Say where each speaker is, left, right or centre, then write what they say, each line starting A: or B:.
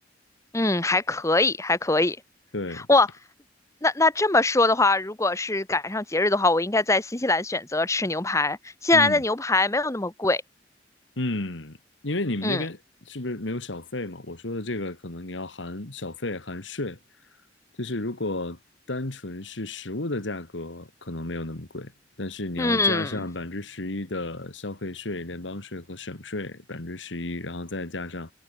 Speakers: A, on the left (about 15°); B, on the left (about 80°).
A: 嗯，还可以，还可以。
B: 对对，
A: 哇，那那这么说的话，如果是赶上节日的话，我应该在新西兰选择吃牛排。新西兰的牛排没有那么贵，
B: 嗯。嗯，因为你们那边是不是没有小费嘛？
A: 嗯
B: 我说的这个可能你要含小费、含税，就是如果单纯是食物的价格，可能没有那么贵，但是你要加上百分之十一的消费税、
A: 嗯，
B: 联邦税和省税百分之十一，然后再加上